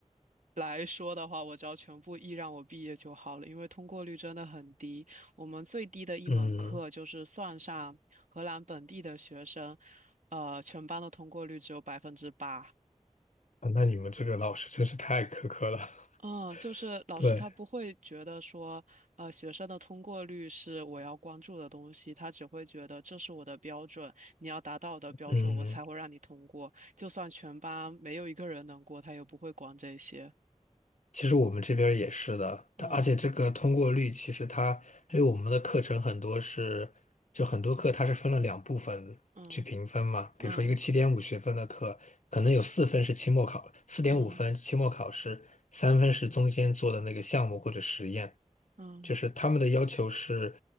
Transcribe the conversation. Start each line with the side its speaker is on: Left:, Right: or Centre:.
Right: 来说的话，我只要全部 E 让我毕业就好了，因为通过率真的很低。我们最低的一门课就是算上荷兰本地的学生，
Left: 嗯，
Right: 呃，全班的通过率只有百分之八。
Left: 啊那你们这个老师真是太苛刻了。
Right: 嗯，就是老师他不会觉得说，
Left: <laughs> 对，
Right: 呃，学生的通过率是我要关注的东西，他只会觉得这是我的标准，你要达到我的标准，
Left: 嗯，
Right: 我才会让你通过。就算全班没有一个人能过，他也不会管这些。
Left: 其实我们这边儿也是的，
Right: 嗯
Left: 它而且这个通过率，其实它因为我们的课程很多是，就很多课它是分了两部分去评分嘛。
Right: 嗯嗯
Left: 比如说一个七点五学分的课，可能有四分是期末考，四点五分期末考试，
Right: 嗯
Left: 三分是中间做的那个项目或者实验。
Right: 嗯嗯
Left: 就是他们的要求是，